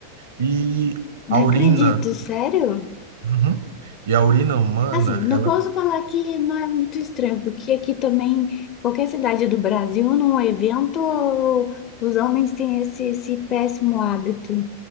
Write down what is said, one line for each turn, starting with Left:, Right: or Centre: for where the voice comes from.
Right: E
Left: Não
Right: a urina,
Left: acredito, sério?
Right: Uhum. E a urina humana,
Left: Assim, não
Right: ela
Left: posso falar que não é muito estranho, porque aqui também, qualquer cidade do Brasil, num evento, os homens têm esse, esse péssimo hábito.